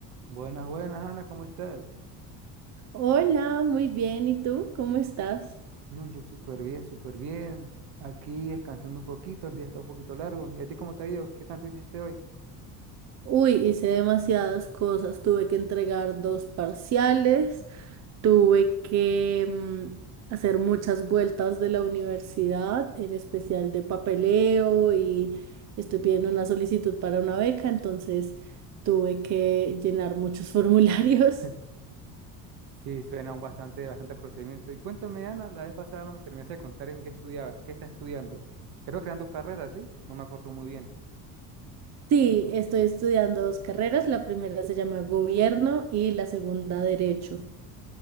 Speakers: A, on the right; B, on the right.
A: Buenas, buenas, Ana, ¿cómo estás?
B: Hola, muy bien. ¿Y tú? ¿Cómo estás?
A: No, yo súper bien, súper bien. Aquí descansando un poquito, el día está un poquito largo. ¿Y a ti cómo te ha ido? ¿Qué tanto hiciste hoy?
B: Uy, hice demasiadas cosas. Tuve que entregar dos parciales, tuve que mm, hacer muchas vueltas de la universidad, en especial de papeleo y estoy pidiendo una solicitud para una beca, entonces tuve que llenar muchos <laughs> formularios.
A: <laughs> Sí, suena un bastante, bastante procedimiento. Y cuéntame, Ana, la vez pasada no me terminaste de contar en qué estudiabas, qué estás estudiando. Creo que eran dos carreras, ¿sí? No me acuerdo muy bien.
B: Sí, estoy estudiando dos carreras. La primera se llama Gobierno y la segunda Derecho.